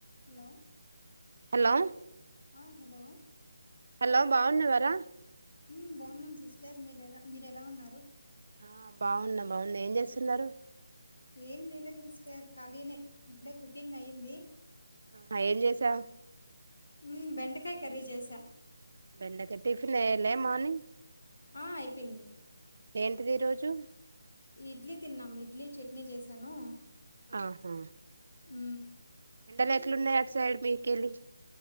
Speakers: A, on the left; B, on the right.
A: Hello
B: hello
A: ఆ hello
B: hello బాగున్నవా రా
A: ఉ బాగున్నాను సిస్టర్ మీరు ఎలా మీరు ఎలా ఉన్నారు.
B: ఆ బాగున్నా బాగున్నా ఏం చేస్తున్నారు
A: ఏం చేయలే సిస్టర్ ఖాళీనే ఇప్పుడే కుకింగ్ అయ్యింది
B: ఆ ఏం చేసా
A: ఊ బెండకాయ కర్రీ చేశా
B: బెండకట్టి టిఫిన్ అయినా మార్నింగ్
A: ఆ అయిపోయింది
B: ఏంటిది ఈ రోజు
A: ఇడ్లీ తిన్నాం ఇడ్లీ చట్నీ చేశాను
B: ఆహా
A: ఉ
B: ఎండలు ఎట్లున్నాయ్ అటు సైడ్ మీకెళ్లి